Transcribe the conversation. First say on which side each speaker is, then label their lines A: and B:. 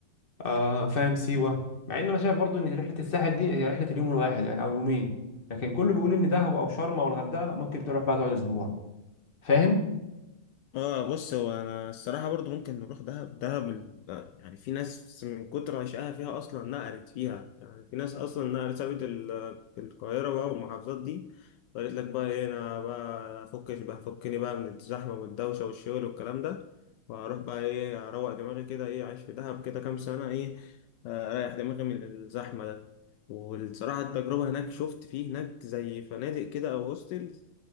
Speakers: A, on the left (about 25°); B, on the left (about 75°).
A: آه فاهم سيوه مع ان انا شايف برضو ان رحله الساحل دي هي رحله اليوم الواحد يعني او يومين لكن كله بيقول ان دهب او شرم او الغردقه ممكن تروح بقى تقعد اسبوع فاهم
B: اه بص هو انا الصراحه برضو ممكن نروح دهب دهب ال- لا، يعني في ناس من كتر عشقها فيها اصلا نقلت فيها يعني في ناس اصلا نقلت سابت ال- القاهره بقى والمحافظات دي وقالت لك بقى ايه انا بقى افكش بقى فكني بقى من الزحمه والدوشه والشغل والكلام ده واروح بقى ايه اروق دماغي كده ايه عايش في دهب كده كام سنه ايه آه، اريح دماغي من الزحمه ده والصراحه التجربه هناك شفت فيه هناك زي فنادق كده او هوستل